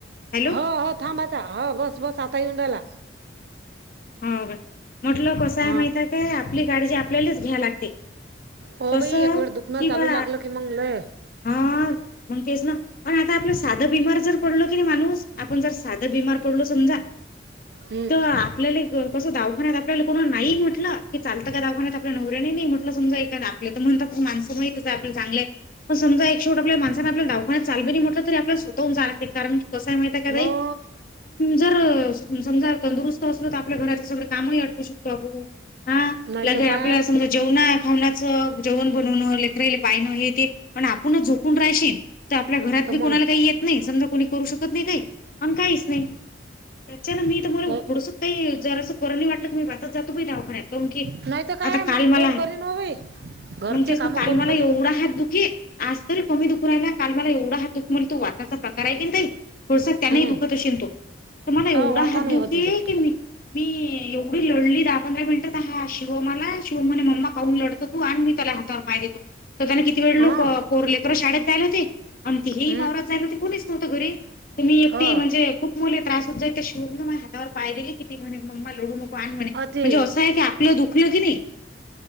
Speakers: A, on the left (about 45°); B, on the right (about 60°).
A: हॅलो.
B: हो हो थांब हो बस बस आता येऊन राहिला
A: होव का म्हटलं कसंय
B: हां
A: माहित काय आपली काळजी आपल्यालाच घ्या लागते
B: हो
A: कस
B: बाई एक वेळ दुखणं
A: कि
B: चालू
A: बा
B: लागलं की मग लय
A: हा मंगकेश ना पण आता आपलं साधं बीमार जर पडलो की नाही माणूस आपण जर साधं बीमार पडलो समजा
B: हं.
A: तर आपल्याला कसं दावाखान्यात आपल्याला कोणा नाही म्हटलं की चालंत का दवाखान्यात आपल्या नवर्‍यानि ही नाय समजा आपल्या म्हणतात पण माणंस माहित आपलं चगलंय पण समजा एक शेवट आपल्या माणंस आपल्याला दवाखान्यात चाल त जरी म्हणटल तरी आपल्या स्वतःहुन जाव लागतयं कारण कस हाय माहिती आहे का
B: मग
A: बाई जर समजां तंदुरुस्त असल तर आपल्या घराच सगळ कामही अटूपू शकतो आपण हा
B: नाही
A: लगे
B: तर काय
A: आपल्या समजा जेवणार खावनाचं जेवण बनवणं लेकराले पायणं हे ते प आपणच झोपून राहाशी तर आपल्या घरात
B: तर
A: बी
B: मग
A: कोणाला काही येत नाही समजा कोणी करू शकतो कत नाही आणि काहीच नाही त्याच्यान मी तुम्हाला
B: लय
A: थोडसं जर असं बरं नाय वाटलं की मी <unintelligible> जातो बाय दवाखान्यात <unintelligible> की
B: नाही तर काय
A: आता
B: मग
A: काल मला
B: कोण
A: आहे
B: करीन हो बाई घरचे
A: मग तेच
B: काम
A: ना काल
B: कोण
A: मला
B: करीन
A: एवढा हात दुखे आज तरी कमी दुखू राहिला काल मला एवढा हात दुखू म्हणतो तो वाताचा कराय की नाही ताई थोडसा त्यांनाही
B: हम्म
A: दुखत अशेन तो तर मला
B: हा
A: एवढा
B: वाता
A: हात
B: नाही
A: दुखे
B: होते ते
A: की मी मी एवढी लढली दहा पंधरा मिनिटात हा शिवम आला शिवम म्हने मम्मा पाहून लढतो तू आणि मी त्याला हातावर पाय देतो तर त्याना किती वेळ
B: हा
A: लोक पोर लेकर शाळेत जायला होते आणि तिही
B: हम्म
A: वावरात जायला होते कोणीच नव्हं घरी त मी एकटी
B: हो
A: म्हणजे खूप मले त्रासत जाय ते शिवूमन हातावर पाय दिले किती म्हणे मम्मा लढू नको पण म्हणे
B: अति
A: म्हणजे असं आहे की आपलं दुखलं की नाही